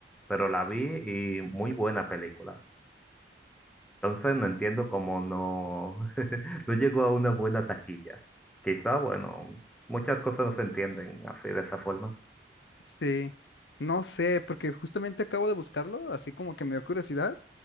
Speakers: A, in the centre; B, on the left (about 80°).
A: Pero la vi y muy buena película. Entonces no entiendo cómo no, <laughs> no llegó a una buena taquilla. Quizá, bueno, muchas cosas no se entienden así de esa forma.
B: Sí. No sé, porque justamente acabo de buscarlo, así como que me dio curiosidad.